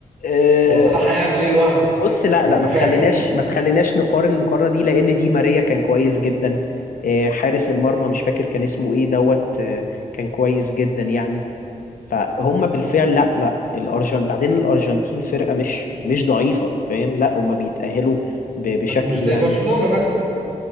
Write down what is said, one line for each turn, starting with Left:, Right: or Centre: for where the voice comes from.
Left: آه،
Right: هو صلاح هيعمل ايه لوحده
Left: بص لا
Right: <laughs>
Left: لا ما
Right: فاهم
Left: تخليناش ما تخليناش نقارن المقارنة دي لأن دي ماريا كان كويس جدا آه، حارس المرمى مش فاكر كان اسمه ايه دوت آه، كان كويس جدا يعني فهم بالفعل لا لا الارجنت بعدين الارجنتين فرقه مش مش ضعيفه فاهم لا هم بيتاهلوا ب- بشكل
Right: بس مش زي
Left: يعني
Right: برشلونه مثلا